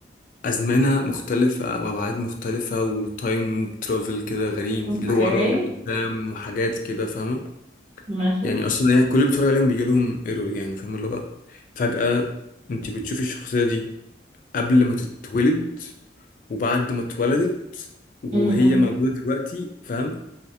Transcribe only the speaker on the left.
ازمنه مختلفه وابعاد مختلفه وتايم ترافل كده غريب
لورا ولقدام وحاجات كده فاهمه
يعني اصلا هي- كل اللي بيتفرج عليهم بيجي لهم ايرور يعني فاهم اللي هو فجأة انت بتشوفي الشخصية دي قبل ما تتولد وبعد ما اتولدت وهي
موجودة دلوقتي فاهم